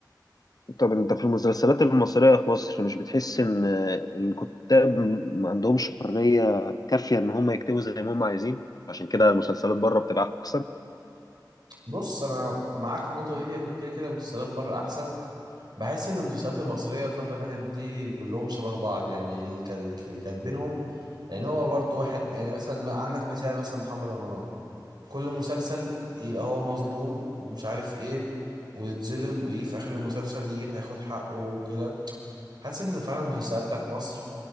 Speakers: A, on the left (about 55°); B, on the right (about 70°).
A: طب انت في المسلسلات المصرية في مصر مش بتحس ان الكتاب ما عندهمش حرية كافية ان هم يكتبوا زي ما هم عايزين عشان كده المسلسلات بره بتبقى احسن
B: بص انا معاك في النقطه دي كده كده المسلسلات بره احسن بحس ان المسلسلات المصريه الفتره اللي فاتت دي كلهم شبه بعض يعني اللي كان- اللي كاتبينهم يعني هو برضو واحد يعني مثلا ما- عندك مثال مثلا محمد رمضان كل مسلسل يبقى هو مظلوم ومش عارف ايه ويتظلم ويجي في اخر المسلسل يجيب هياخد حقه وكده حاسس ان فعلا المسلسلات بتاعت مصر